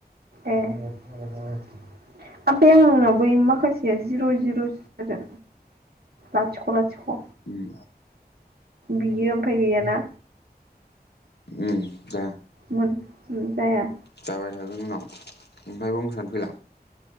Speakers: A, on the right (about 70°); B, on the left (about 80°).
A: ए ओमफ्राय आंननो बै माखासेया जिर' जिर' जादों लाथिख' लाथिख'
B: उम
A: बियो ओमफाय गैयाना
B: ओ फ्ले
A: मोन जाया
B: जाबाय थागोन उनाव ओमफ्रायबो मोसानो फैला